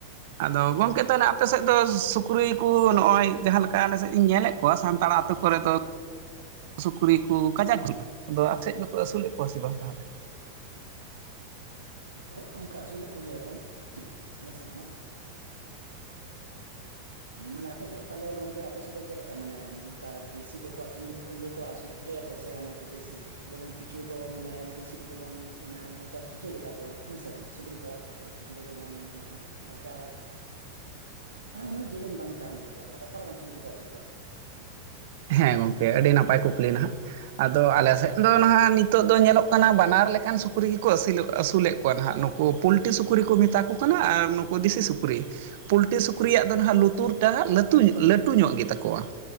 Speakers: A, on the right (about 50°); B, on the right (about 75°).
A: ᱟᱫᱚ ᱜᱚᱝᱠᱮ ᱛᱟᱦᱚᱞᱮ ᱟᱯᱮ ᱥᱮᱫ ᱫᱚ ᱥᱩᱠᱨᱤ ᱠᱩ ᱱᱚᱜᱼᱚᱭ ᱡᱟᱦᱟᱸ ᱞᱮᱠᱟ ᱟᱞᱮ ᱥᱮᱫ ᱤᱧ ᱧᱮᱞᱮᱫ ᱠᱚᱣᱟ ᱥᱟᱱᱛᱟᱲ ᱟᱹᱛᱳ ᱠᱚᱨᱮ ᱫᱚ ᱥᱩᱠᱨᱤ ᱠᱚ ᱠᱟᱡᱟᱠ <unintelligible> ᱟᱫᱚ ᱟᱯᱮ ᱥᱮᱫ ᱫᱚᱠᱚ ᱟᱹᱥᱩᱞᱮᱫ ᱠᱚᱣᱟ ᱥᱮ ᱵᱟᱝ ᱛᱟᱦᱚᱞᱮ
B: <unintelligible> ᱚᱱᱠᱟ ᱟᱹᱥᱩᱞᱮᱫ ᱠᱚᱜᱮᱭᱟ ᱠᱚ ᱟᱞᱮᱥᱮᱫ ᱦᱚᱸ ᱢᱟᱱᱮ ᱟᱯᱮᱥᱮᱫ ᱛᱟᱦᱞᱮ ᱜᱚᱝᱠᱮ ᱟᱯᱮᱥᱮᱫ ᱫᱚ ᱪᱮᱫᱞᱮᱠᱟ ᱢᱟᱱᱮ ᱚᱱᱠᱟ ᱫᱤᱥᱤ ᱠᱚᱠᱚ ᱟᱠᱷᱨᱤᱧ ᱤᱭᱟᱹ ᱠᱚ ᱟᱹᱥᱩᱞ ᱠᱚᱜᱮᱭᱟ ᱠᱚ ᱥᱮ ᱦᱟᱱᱮ ᱵᱤᱫᱮᱥᱤ ᱡᱮᱢᱚᱱ ᱠᱤᱪᱷᱩ ᱫᱚ ᱢᱟᱱᱮ ᱫᱮᱥᱤ ᱫᱚ ᱡᱮᱢᱚᱱ ᱢᱟᱱᱮ ᱢᱚᱪᱟ ᱪᱷᱩᱸᱪᱟᱹ ᱜᱮᱛᱟᱠᱚᱣᱟ ᱦᱮᱸ ᱥᱮ ᱵᱟᱝ ᱥᱩᱠᱨᱤ ᱠᱚᱣᱟᱜ ᱛᱟᱯᱚᱨᱮ ᱠᱤᱪᱷᱩ ᱫᱚ ᱡᱮᱢᱚᱱ ᱢᱟᱱᱮ ᱢᱚᱪᱟ ᱢᱟᱱᱮ ᱩᱱᱟᱹᱜ ᱡᱮᱞᱮᱧ ᱵᱟᱝ ᱛᱟᱦᱮᱱ ᱛᱟᱠᱚᱣᱟ ᱛᱟᱦᱞᱮ ᱚᱠᱟᱞᱮᱠᱟ ᱥᱩᱠᱨᱤ ᱠᱚ ᱟᱹᱥᱩᱞ ᱠᱚᱣᱟ
A: ᱦᱮᱸ ᱜᱚᱝᱠᱮ ᱟᱹᱰᱤ ᱱᱟᱯᱟᱭ ᱠᱩᱠᱞᱤ ᱱᱟᱦᱟᱜ ᱟᱫᱚ ᱟᱞᱮ ᱥᱮᱫ ᱫᱚ ᱱᱟᱦᱟᱜ ᱱᱤᱛᱚᱜ ᱫᱚ ᱧᱮᱞᱚᱜ ᱠᱟᱱᱟ ᱵᱟᱱᱟᱨ ᱞᱮᱠᱟᱱ ᱥᱩᱠᱨᱤ ᱜᱮᱠᱚ ᱟᱥᱤᱞ ᱟᱹᱥᱩᱞᱮᱫ ᱠᱚᱣᱟ ᱱᱟᱦᱟᱜ ᱱᱩᱠᱩ ᱯᱩᱞᱴᱤ ᱥᱩᱠᱨᱤ ᱠᱚ ᱢᱮᱛᱟ ᱠᱚ ᱠᱟᱱᱟ ᱟᱨ ᱱᱩᱠᱩ ᱫᱤᱥᱤ ᱥᱩᱠᱨᱤ ᱯᱩᱞᱴᱤ ᱥᱩᱠᱨᱤᱭᱟᱜ ᱫᱚ ᱱᱟᱦᱟᱜ ᱞᱩᱛᱩᱨᱴᱟᱜ ᱞᱟᱹᱛᱩ ᱞᱟᱹᱴᱩ ᱧᱚᱜ ᱞᱟᱹᱴᱩ ᱧᱚᱜ ᱜᱮᱛᱟ ᱠᱚᱣᱟ